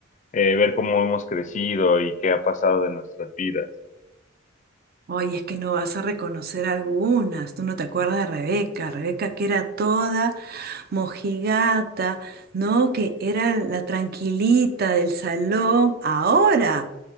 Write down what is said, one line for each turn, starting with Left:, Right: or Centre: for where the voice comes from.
Left: eh, ver cómo hemos crecido y qué ha pasado de nuestras vidas.
Right: Ay, es que no vas a reconocer algunas. Tú no te acuerdas de Rebeca. Rebeca que era toda mojigata, ¿no? Que era la tranquilita del salón. Ahora,